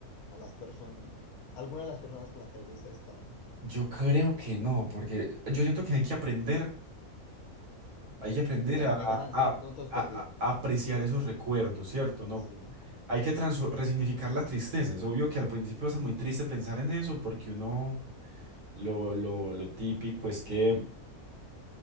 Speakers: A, on the left; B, on the right.
A: a las personas, alguna de las personas con las que hayas estado,
B: yo creo que no, porque yo siento que hay que aprender, hay que aprender
A: que también
B: a, a-
A: hay ganancia,
B: a-
A: no, no todo es
B: a-
A: pérdida.
B: a apreciar esos recuerdos, ¿cierto?
A: Sí,
B: No Hay que transfor- resignificar la tristeza. Es obvio que al principio va a ser muy triste pensar en eso, porque uno lo, lo, lo típico es que